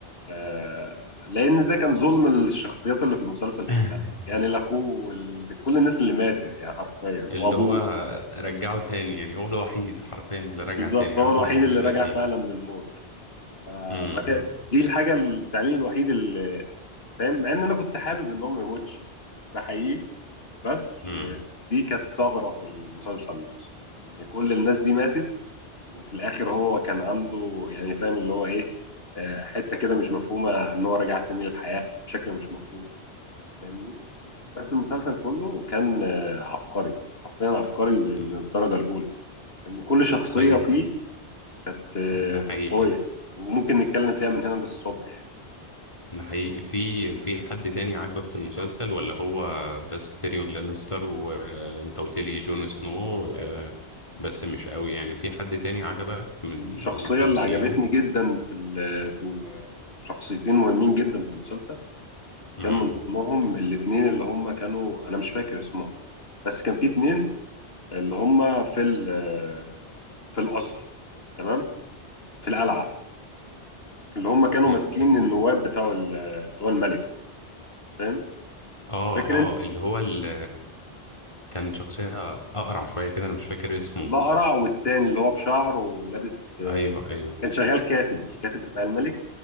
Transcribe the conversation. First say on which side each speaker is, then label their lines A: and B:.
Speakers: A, on the left; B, on the left.
A: آه، لان ده كان ظلم للشخصيات اللي في المسلسل كلها
B: <laughs>
A: يعني الاخوه وال... كل الناس اللي ماتت يعني حرفيا وابوه
B: اللي هو رجعه تاني يعني هو الوحيد حرفيا اللي رجع
A: بالظبط
B: تاني
A: هو
B: عنده
A: الوحيد
B: الموهبة
A: اللي رجع
B: دي
A: فعلا
B: مم.
A: من الموت فما
B: مم.
A: كان دي الحاجه التعليق الوحيد اللي فاهم مع ان انا كنت حابب ان هو ما يموتش ده حقيقي بس
B: مم.
A: آه، دي كانت ثغره في المسلسل نفسه ان كل الناس دي ماتت وفي الاخر هو كان عنده يعني فاهم اللي هو ايه آه، حته كده مش مفهومه ان هو رجع تاني للحياه بشكل مش مفهوم فاهمني بس المسلسل كله كان آه، عبقري حرفيا عبقري من
B: مم.
A: الدرجه الاولى ان كل شخصيه
B: طيب
A: فيه كانت آه،
B: ده
A: كانت
B: حقيقي
A: قويه وممكن نتكلم فيها من هنا للصبح يعني
B: ده حقيقي في في حد تاني عاجبك في المسلسل ولا هو بس تيريون لانستر وانت قلت لي جون سنو آه، بس مش قوي يعني في حد تاني عجبك من
A: الشخصيه
B: من تمثيله
A: اللي عجبتني جدا في ال- في ال- شخصيتين مهمين جدا في المسلسل
B: امم
A: كان من ضمنهم الاثنين اللي هم كانوا انا مش فاكر اسمهم بس كان في اتنين اللي هم في ال- في القصر تمام في القلعه اللي هم كانوا
B: في
A: ماسكين
B: في ال...
A: النواب بتوع ال- بتوع الملك فاهم
B: اه
A: فاكر
B: اه
A: انت
B: اللي هو ال... كان شخصية أقرع شوية كده أنا مش فاكر اسمه
A: الاقرع والتاني اللي هو بشعر ولابس
B: أيوه أيوه
A: كان شغال كاتب الكاتب بتاع الملك